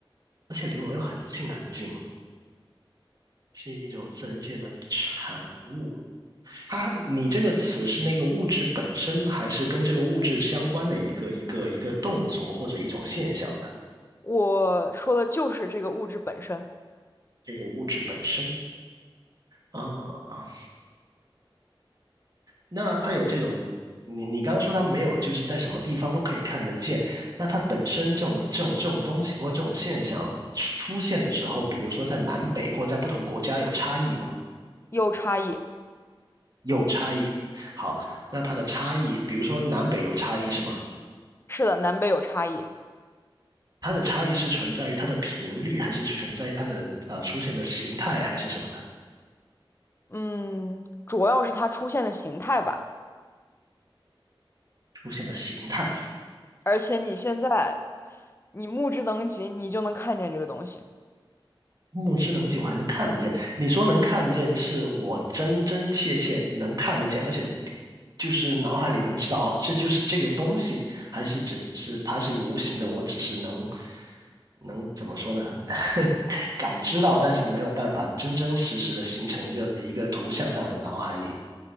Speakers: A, on the right (about 45°); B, on the left (about 25°).
A: 而且离我们又很近很近，是一种自然界的产物。它，你这个词是那个物质本身，还是跟这个物质相关的一个一个一个动作或者一种现象呢？
B: 我说的就是这个物质本身
A: 这个物质本身啊，那它有这种，你你刚刚说它没有，就是在什么地方都可以看得见。那它本身这种这种这种东西或这种现象出现的时候，比如说在南北或在不同国家有差异吗？
B: 有差异。
A: 有差异。好，那它的差异，比如说南北有差异是吗？
B: 是的，南北有差异。
A: 它的差异是存在于它的频率，还是存在于它的呃出现的形态，还是什么呢？
B: 嗯，主要是它出现的形态吧。
A: 出现的形态，
B: 而且你现在你目之能及，你就能看见这个东西。
A: 目之能及，我还能看得见。你说能看见，是我真真切切能看得见，而且就是脑海里能知道哦，这就是这个东西，还是只是它是一个无形的，我只是能能怎么说呢？<laughs> 感知到，但是没有办法真真实实的形成一个一个图像在我的脑海里。